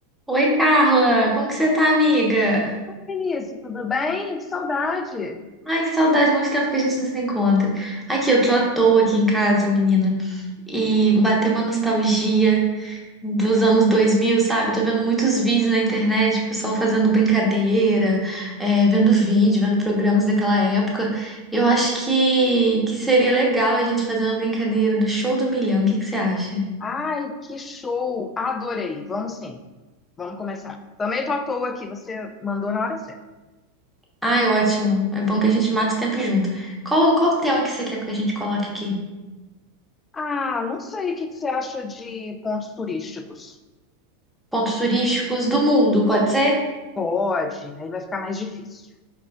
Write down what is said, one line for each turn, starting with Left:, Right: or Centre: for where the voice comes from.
Centre: Oi, Carla! Como que você tá, amiga?
Left: Oi, Vinícius, tudo bem? Que saudade!
Centre: Ai, que saudade, muito tempo que a gente não se encontra. Aqui, eu tô à toa aqui em casa, menina, e bateu uma nostalgia dos anos 2000, sabe? Tô vendo muitos vídeos na internet, o pessoal fazendo brincadeira, é, vendo vídeo, vendo programas daquela época. Eu acho que, que seria legal a gente fazer uma brincadeira do Show do Milhão, o que que você acha?
Left: Ai, que show! Adorei! Vamos sim, vamos começar. Também tô à toa aqui, você mandou na hora certa.
Centre: Ai, ótimo, é bom que a gente mata o tempo junto. Qual, qual o tema que você quer que a gente coloque aqui?
Left: Ah, não sei o que que você acha de pontos turísticos.
Centre: pontos turísticos do mundo, pode ser?
Left: Pode, aí vai ficar mais difícil.